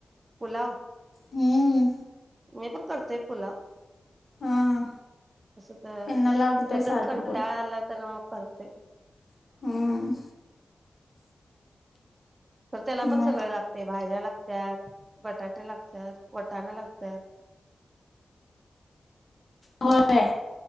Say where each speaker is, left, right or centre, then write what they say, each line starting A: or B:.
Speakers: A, on the right (about 35°); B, on the left (about 55°).
A: पुलाव.
B: हम्म.
A: मी पण करतेय पुलाव
B: हां
A: तसं तर
B: ह्यांना लागतोय सारखं
A: तर कंटाळला
B: पुल
A: तर मग करतेय.
B: हम्म.
A: तर त्याला पण
B: मग
A: सगळे लागते भाज्या लागतात बटाटे लागतात, वटाणा लागत त्यायत
B: होय